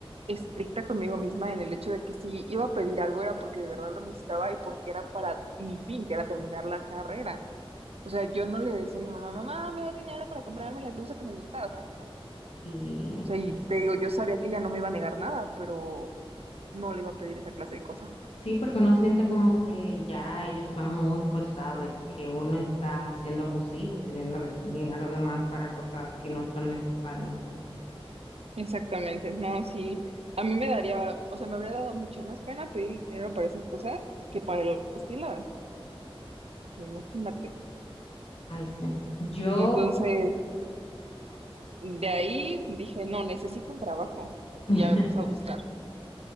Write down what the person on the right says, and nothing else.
estricta conmigo misma en el hecho de que si iba a pedir algo era porque de verdad lo necesitaba y porque era para mi fin, que era terminar la carrera. O sea, yo no le decía a mi mamá, mamá, ¿me das dinero para comprarme la blusa que me gusta? O sea, no.
sea, y te digo, yo sabía que ella no me iba a negar nada, pero no le iba a pedir esa clase de cosas.
Exactamente, no, sí, a mí me daría, o sea, me habría dado mucho más pena pedir dinero para esas cosas que para los estiladas, imagínate.
Entonces, de ahí dije, no, necesito un trabajo
y ya me puse a buscar.